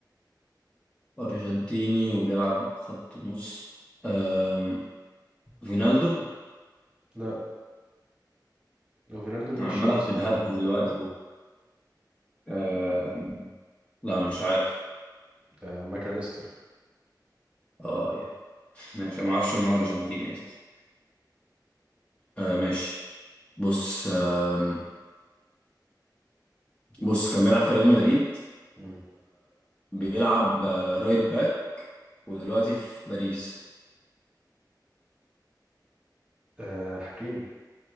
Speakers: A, on the left; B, on the right.
A: ارجنتيني وبيلعب خط نص آم، فينالدو
B: لا لو فينالدو مشي
A: أنا عمال
B: اصلا
A: اهبد
B: من
A: هبد دلوقتي
B: ليفربول
A: آم، لا مش عارف
B: آه ماكاليستر
A: اه يا. ماشي أنا ما اعرفش ان هو ارجنتيني اساسا آه ماشي بص آه بص كان بيلعب في ريال مدريد
B: مم.
A: وبيلعب آه، رايت باك ودلوقتي في باريس
B: آه حكيمي